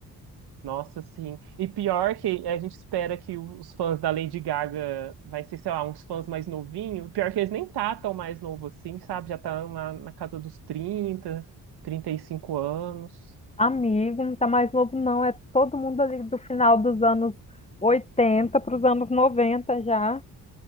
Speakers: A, on the right; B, on the left.
A: Nossa, sim. E pior que a gente espera que os fãs da Lady Gaga vai ser, sei lá, uns fãs mais novinhos. Pior que eles nem tá tão mais novo assim, sabe? Já tá na, na casa dos trinta, trinta e cinco anos.
B: Amigo, não tá mais novo, não. É todo mundo ali do final dos anos 80 para os anos noventa já.